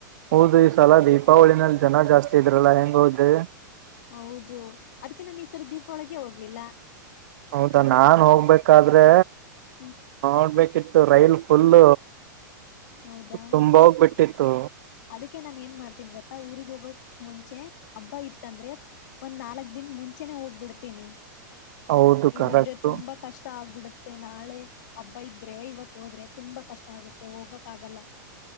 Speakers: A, on the right; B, on the left.
A: ಹೌದು ಈ ಸಲ ದೀಪಾವಳಿನಲ್ಲಿ ಜನ ಜಾಸ್ತಿ ಇದ್ರಲ್ಲಾ ಹೆಂಗ ಹೋದ್ರಿ
B: ಹೌದು ಅದಕ್ಕೆ ನಾನ್ ಈ ಸರಿ ದೀಪಾವಳಿಗೆ ಹೋಗ್ಲಿಲ್ಲ
A: ಹೌದಾ ನಾನ್ ಹೋಗ್ಬೇಕಾದ್ರೆ
B: ಹ,
A: ನೋಡ್ಬೇಕಿತ್ತು ಇ ರೈಲ್ ಫುಲ್
B: ಹೌದಾ
A: ತುಂಬ ಹೋಗ್ ಬಿಿಟ್ಟಿತ್ತು
B: ಅದಕ್ಕೆ ನಾನ್ ಏನ್ ಮಾಡ್ತೀನ್ಿ ಗೊತ್ತಾ ಊರಿಗ್ ಹೋಗೋಕ್ ಮುಂಚೆ ಹಬ್ಬ ಇತ್ತಂದ್ರೆ ಒಂದ್ ನಾಲ್ಕ್ ದಿನ ಮುಂಚೆನೆ ಹೋಗ್ಬಿಡ್ತೀನಿ
A: ಹೌದು
B: ಇಲ್ಲಿದ್ರೆ
A: ಕರೆಕ್ಟು
B: ತುಂಬಾ ಕಷ್ಟ ಆಗ್ಬಿಡ ಮತ್ತ ನಾಳೆ ಹಬ್ಬ ಇದ್ರೆ ಇವತ್ ಹೋದ್ರೆ ತುಂಬಾ ಕಷ್ಟ ಆಗುತ್ತೆ ಹೋಗಕ್ ಆಗಲ್ಲ